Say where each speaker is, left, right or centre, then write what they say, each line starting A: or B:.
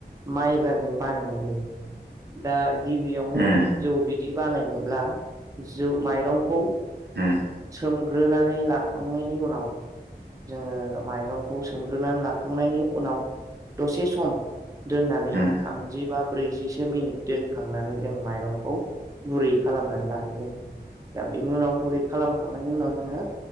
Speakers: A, on the right; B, on the right.
A: माइब्राजों बानायनाय जायो। दा गिबियावनो
B: उम उम
A: जौ बिदि बानायनोब्ला जौ माइरंखौ
B: उम।
A: सोमग्रोनानै लाखांनायनि उनाव जोङो माइरंखौ सोमग्रोनानै लाखांनायनि उनाव दसे सम दोननानै
B: उम
A: थामजि बा ब्रैजिसो मिनिट दोनखांनानै जों माइरंखौ बुरै खालामनानै लानो जायो दा बेनि उनाव गुरै खालामखांनायनि उनाव जोङो